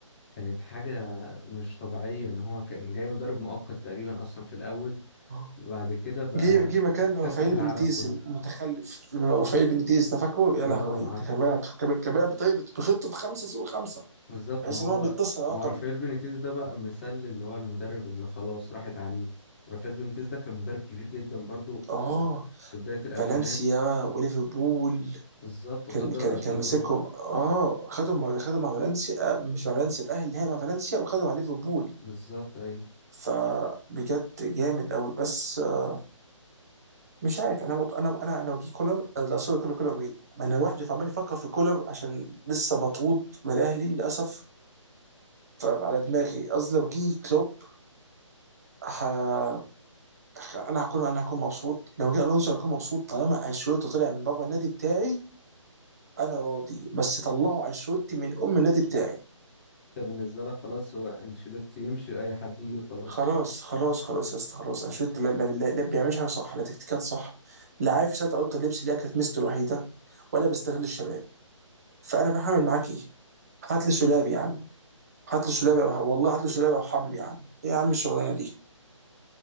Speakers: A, in the centre; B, on the right.
A: كانت حاجة مش طبيعية ان هو كان جاي مدرب مؤقت تقريبا اصلا في الاول
B: آه.
A: وبعد كده بقى
B: جه جه مكان
A: اكتسح
B: رافائيل
A: العالم
B: بنيتيز
A: كله
B: المتخلف رافائيل بنيتيز ده فاكره يا
A: اه
B: لهوي
A: عارف
B: ده كان بيلعب كان كان بيلعب بطريقه بخطه خمسه سوى خمسه
A: بالظبط
B: تحس
A: ما هو
B: ان هو بيتصل على
A: ما
B: رقم
A: هو رافائيل بينيتيز ده بقى مثال اللي هو المدرب اللي خلاص راحت عليه رافائيل بينيتيز ده كان مدرب كبير جدا برضو
B: اه
A: في في بداية الالفينات
B: فالنسيا وليفربول
A: بالظبط وخد
B: كان
A: دوري
B: كان
A: ابطال
B: كان ماسكهم
A: اوروبا
B: اه خدهم مع خدهم مع فالنسيا آه، مش مع فالنسيا اتأهل النهائي مع فالنسيا وخدهم مع ليفربول
A: بالظبط ايوه
B: فبجد جامد قوي بس آه، مش عارف انا مط- انا انا لو جه كولر آه، لا سوري كولر كولر مين ما انا واحد عمال يفكر في كولر عشان لسه مطرود من الاهلي للاسف فعلى دماغي قصدي لو جه كلوب ه... انا هكون انا هكون مبسوط لو جه الونسو هكون مبسوط طالما انشيلوتي طلع من بابا النادي بتاعي انا راضي بس طلعوا انشيلوتي من ام النادي بتاعي
A: انت بالنسبه لك خلاص هو انشيلوتي يمشي اي حد يجي وخلاص
B: خلاص خلاص خلاص يا اسطى خلاص انشيلوتي لا لا- لا- لا بيعملش حاجه صح لا تكتيكات صح لا عارف يسيطر على اوضه اللبس اللي هي كانت ميزته الوحيده ولا بيستغل الشباب فانا بعمل معاك ايه؟ هات لي سولافي يا عم هات لي سولافي وح- والله هات لي سولافي وحملي يا عم ايه يا عم الشغلانه دي؟